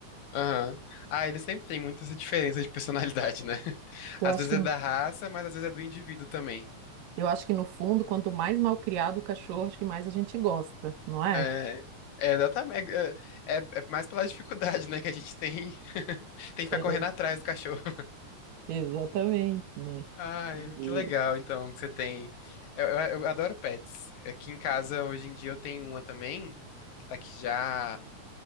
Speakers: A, on the left; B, on the right.
A: Aham. Ah, ele sempre tem muita essa diferença de personalidade, né? <laughs>
B: Eu
A: Às
B: acho
A: vezes
B: que
A: é da raça, mas às vezes é do indivíduo também.
B: Eu acho que no fundo, quanto mais mal criado o cachorro, acho que mais a gente gosta, não é?
A: É, é exatamente. É, é- é mais pela dificuldade, né, que a gente tem, <laughs> tem que ficar
B: É,
A: correndo atrás do cachorro.
B: exatamente, né?
A: <laughs> Ai,
B: E...
A: que legal, então, que você tem. Eu, eu- eu adoro pets. Aqui em casa, hoje em dia, eu tenho uma também, que tá aqui já,